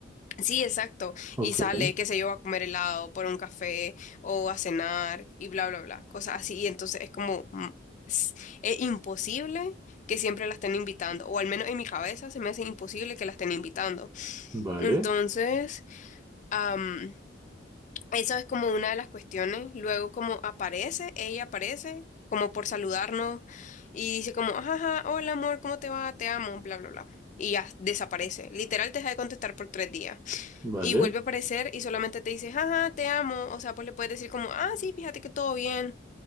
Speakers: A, on the left; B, on the right.
A: Sí, exacto.
B: Ok.
A: Y sale, qué sé yo, a comer helado, por un café o a cenar y bla, bla, bla. Cosas así. Y entonces es como, mm, s- es imposible que siempre la estén invitando. O al menos en mi cabeza se me hace imposible que la estén invitando.
B: Vale,
A: Entonces, am, eso es como una de las cuestiones. Luego como aparece, ella aparece como por saludarnos y dice como, ajá, hola amor, ¿cómo te va? Te amo, bla, bla, bla. Y ya desaparece. Literal te deja de contestar por tres días
B: vale.
A: y vuelve a aparecer y solamente te dice, jaja, te amo. O sea, pues le puedes decir como, ah, sí, fíjate que todo bien.